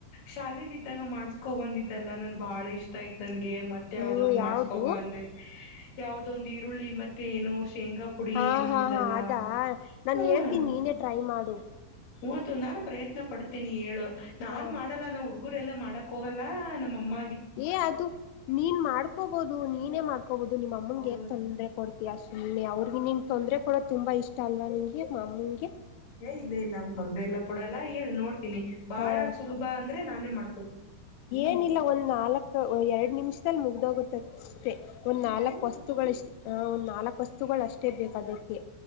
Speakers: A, on the left; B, on the left.
A: ಶಾಲೇಲಿ ಇದಾಗ ಮಾಡ್ಸ್ಕೊ ಬಂದಿದ್ದಲ್ಲ ನನ್ ಬಹಳ ಇಷ್ಟ ಆಯ್ತು ನನ್ಗೆ ಮತ್ತೆ ಯಾವಾಗಾದ್ರು
B: ಹ್ಮ್ ಯಾವ್ದು
A: ಮಾಡ್ಸ್ಕೊಬ ಅಂದೆ ಯಾವ್ದ ಒಂದು ಈರುಳ್ಳಿ ಮತ್ತೆ ಏನು ಶೇಂಗಾ ಪುಡಿ
B: ಹಾ
A: ಏನು
B: ಹಾ
A: ಒಂದಲ್ಲ
B: ಹಾ ಅದಾ ನಾನ್
A: ಹ್ಮ
B: ಹೇಳ್ತೀನಿ ನೀನೇ ಟ್ರೈ ಮಾಡು
A: ಹದು ನಾನು ಪ್ರಯತ್ನ ಪಡ್ತೇನಿ ಹೇಳು ನಾನ್
B: ಹ
A: ಮಾಡಲ್ಲಾನ ಹುಡುಗ ಗುರೆ ಎಲ್ಲ ಮಾಡಕ್ ಹೋಗಲ್ಲ ನಮ್ಮ ಅಮ್ಮ
B: ಏ ಅದು ನೀನ್ ಮಾಡ್ಕೋಬೋದು ನೀನೇ ಮಾಡ್ಕ ಹೋಬಹುದು ನಿಮ್ಮ ಅಮ್ಮನ್ಗೆ
A: ಹೌದು
B: ತೊಂದರೆ ಕೊಡ್ತೀಯ ಸುಮ್ಮನೆ ಅವ್ರಿಗೆ ನಿನ್ ತೊಂದರೆೆ ಕೊಡ ತುಂಬಾ ಇಷ್ಟ ಅಲ್ವಾ ನಿನ್ಗೆ ಈ ಮಾಾಮುಗೆಿ
A: ಏ ಇಲ್ಲ ಇಲ್ಲ ಅಂತ ತೊಂದ್ರ ಎಲ್ಲ ಕೂಡಲ್ಲಿ ನೋಡ್ತೀನಿ ಬಾಳ
B: ಹ
A: ಸುಲಭಾ ಅಂದ್ರೆ ನಾನೇ ಮಾಡ್ಕ
B: ಏನಿಲ್ಲ ಒಂದ್ ನಾಲ್ಕ್ ಎರಡ್ ನಿಮಿಷದಲ್ಲಿ ಮುಗ್ದೋಗುತ್ತಷ್ಟೆ ಒಂದ್ ನಾಲ್ಕ್
A: ಹೌದು
B: ವಸ್ತುಗಳುಷ್ಟ ಒಂದ್ ನಾಲ್ಕಕ್ ವಸ್ತುಗಳು ಅಷ್ಟೇ ಬೇಕು ಅದಕ್ಕೆ